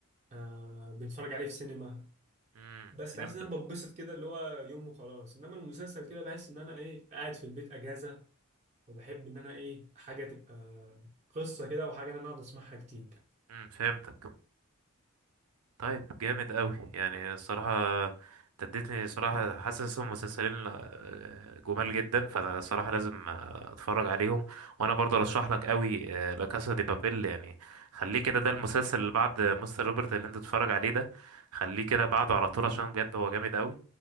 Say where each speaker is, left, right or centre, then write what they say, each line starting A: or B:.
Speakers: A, on the right (about 30°); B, on the right (about 85°).
A: آه بنتفرج عليه في سينما
B: مم.
A: بس
B: فهمتك
A: بحس ان انا ببسط كده اللي هو يوم وخلاص انما المسلسل كده بحس ان انا ايه قاعد في البيت اجازه وبحب ان انا ايه حاجه تبقى قصه كده وحاجه ان انا اقعد اسمعها كتير
B: مم. فهمتك طيب جامد قوي يعني الصراحة انت اديتني صراحة حاسس هم مسلسلين آه، جمال جدا فانا الصراحة لازم آه، اتفرج عليهم وانا برضه ارشح لك قوي لا كاسا دي بابيل يعني خليه كده ده المسلسل اللي بعد مستر روبرت اللي انت تتفرج عليه ده خليه كده بعده على طول عشان بجد هو جامد قوي